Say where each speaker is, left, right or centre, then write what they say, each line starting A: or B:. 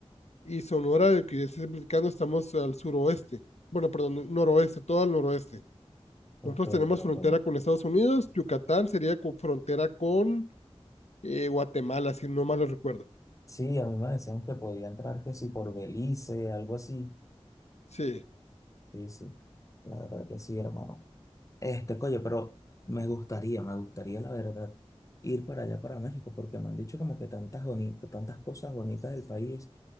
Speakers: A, on the left; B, on the left.
A: y Sonora, de que yo estoy explicando, estamos al suroeste, bueno, perdón, noroeste, todo al noroeste. Nosotros
B: Ok,
A: tenemos frontera
B: ok.
A: con Estados Unidos, Yucatán sería con frontera con eh, Guatemala, si no mal lo recuerdo.
B: Sí, a mí me decían que podía entrar que sí por Belice, algo así.
A: Sí.
B: Sí, sí, la verdad que sí, hermano. Este, coño, pero me gustaría, me gustaría, la verdad, ir para allá, para México, porque me han dicho como que tantas boni- tantas cosas bonitas del país,